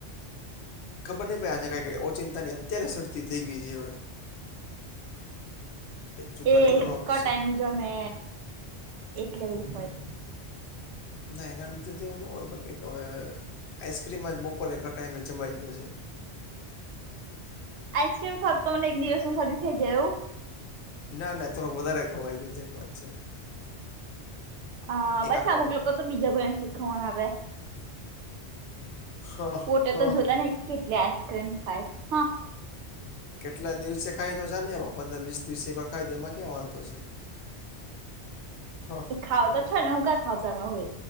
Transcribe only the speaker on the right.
એ
કટાઈ મુજમે એટલે એવું હોય.
આઈસક્રીમ ખાવ તો મને એક દિવસમાં શરદી થઈ જાય એવું.
હા
પછા
અમુક લોકો તો બીજા કોઈને શિખામણ આપે,
પોતે
તો જોતા નહી કેટલી આઈસ્ક્રીમ ખાય, હા.
ખાાવ તો છો ને હું <unintelligible> ના હોય